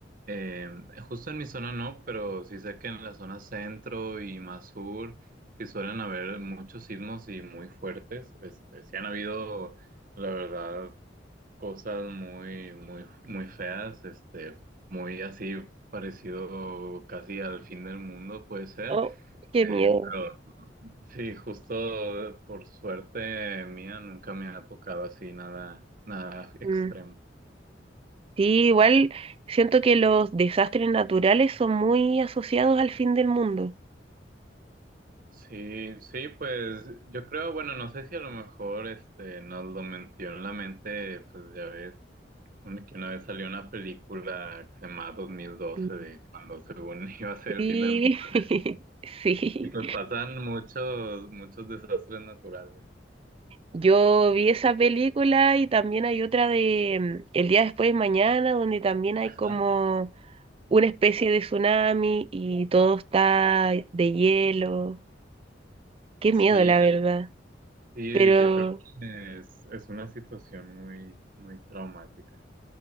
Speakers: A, on the right (about 50°); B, on the right (about 30°).
A: eh, justo en mi zona no, pero sí sé que en la zona centro y más sur sí suelen haber muchos sismos y muy fuertes, este, sí han habido, la verdad, cosas muy, muy, muy feas, este, muy así parecido casi al fin del mundo puede ser.
B: Oh, qué
A: Eh,
B: miedo.
A: pero sí, justo por suerte mía nunca me ha tocado así nada, nada extremo.
B: Mm. Sí, igual siento que los desastres naturales son muy asociados al fin del mundo.
A: Sí, sí, pues yo creo, bueno, no sé si a lo mejor este nos lo metió en la mente, pues ya ves, un- que una vez salió una película que se llama 2012
B: Mm.
A: de cuando según <laughs> iba a ser
B: Sí,
A: el fin del mundo ¿no?
B: <laughs> sí.
A: y pues pasan muchos, muchos desastres naturales.
B: Yo vi esa película y también hay otra de mm, El día después de mañana, donde también hay
A: Ajá.
B: como una especie de tsunami y todo está de hielo. Qué
A: Sí,
B: miedo, la verdad.
A: sí,
B: Pero
A: yo creo que es, es una situación muy, muy traumática.